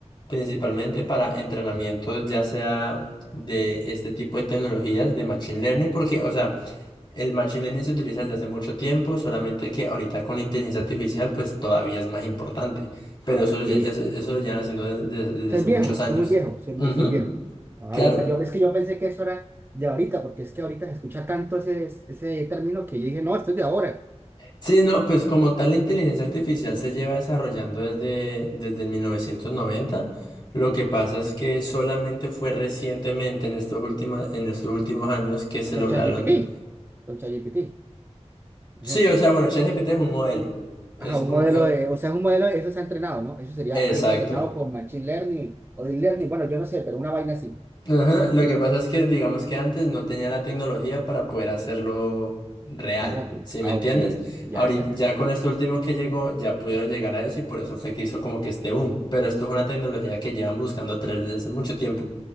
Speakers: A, on the left; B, on the right.
A: principalmente para entrenamientos ya sea de este tipo de tecnologías de Machine Learning, porque, o sea, el Machine Learning se utiliza desde hace mucho tiempo, solamente que ahorita con la inteligencia artificial, pues todavía es más importante, pero
B: Ah,
A: eso,
B: ok.
A: ya- eso, eso ya naciendo desde, desde
B: Soy
A: hace
B: viejo,
A: muchos años.
B: soy muy viejo, soy muy,
A: Ujú,
B: soy viejo. Ah,
A: claro.
B: yo, pe- yo, es que yo pensé que eso era de ahorita, porque es que ahorita se escucha tanto ese, ese término que yo dije, no, esto es de ahora.
A: Sí, no, pues como tal la inteligencia artificial se lleva desarrollando desde, desde el 1990. lo que pasa es que solamente fue recientemente en estos últimos, en estos últimos años que se
B: Con
A: lograron...
B: ChatGPT. Con ChatGPT.
A: Sí,
B: Ejemplo.
A: o sea, bueno, ChatGPT es un modelo. Es
B: Ajá, un
A: como...
B: modelo
A: eh,
B: de, o sea, es un modelo, eso se ha entrenado, ¿no? Eso sería
A: Exacto.
B: algo entrenado con Machine Learning o Deep Learning. Bueno, yo no sé, pero una vaina así,
A: Ajá, Lo que pasa es que digamos que antes no tenía la tecnología para poder hacerlo real,
B: tan rápido.
A: ¿sí
B: Ah,
A: me entiendes?
B: ok. Ya,
A: Ahorita
B: ya, ya.
A: ya con esto último que llegó ya pudieron llegar a eso y por eso fue que hizo como que este boom, pero esto es una tecnología que llevan buscando tres desde hace mucho tiempo.